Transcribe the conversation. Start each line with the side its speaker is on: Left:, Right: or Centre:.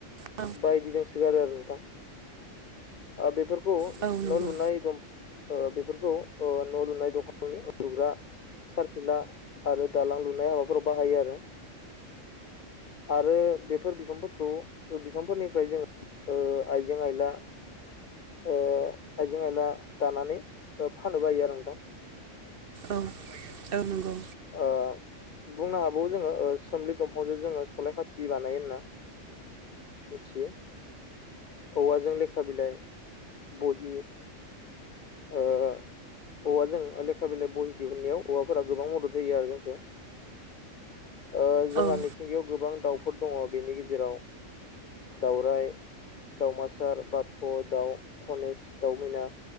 Right: नंगौ
Left: बायदि दोंसोगारो आरो नोंथां आ बेफोरखौ
Right: औ नंगौ औ नंगौ
Left: न लुनाय दं ओ बेफोरखौ ओ न लुनाय दंफांनि लुग्रा सारफिला आरो दालां लुनाय हाबाफोराव बाहायो आरो <inaudible> आरो बेफोर बिफांफोरखौ बिफांफोरनिफ्राय जोङो ओ आइजें आइला ओ आइजें आयला दानानै फान्नेबो हायो आरो नोंथां
Right: औ औ नंगौ
Left: आ बुंनो हाबावो जोङो सोमलि दंफांजों जोङो सलाय खाथि बानायो होना। मिथियो औवाजों लेखा बिलाइ बहि ओ औवाजों लेखा बिलाइ बहि दिहुननायाव औवाफोरा गोबां मदद होयो आरो जोंखौ ओ जोंहा
Right: औ नंगौ औ नंगौ औ
Left: मिथिंगायाव गोबां दाउफोर दङ बेनि गेजेराव दावराय दावमासार बाथ' दाउ धनेस दाउमैना